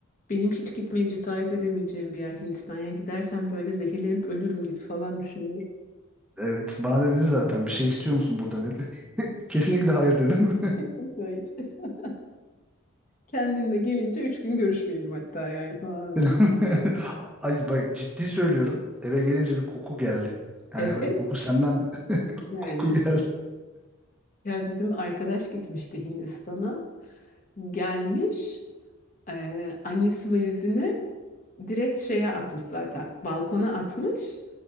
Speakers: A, on the left; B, in the centre.
A: benim hiç gitmeye cesaret edemeyeceğim bir yer Hindistan. Yani gidersem böyle zehirlenip ölürüm gibi falan düşünüyorum.
B: evet bana da dedi zaten bir şey istiyor musun burada Kesinlikle hayır dedim.
A: Yok, Hayır. <laughs> Kendinle gelince üç gün görüşmeyelim hatta yani falan
B: <laughs>
A: böyle.
B: Ay bak ciddi söylüyorum. Eve gelince bir koku geldi. Yani
A: Evet.
B: bu koku senden bir <laughs>
A: Yani.
B: koku geldi.
A: Ya bizim arkadaş gitmişti Hindistan'a. Gelmiş, e, annesi valizini direkt şeye atmış zaten. Balkona atmış.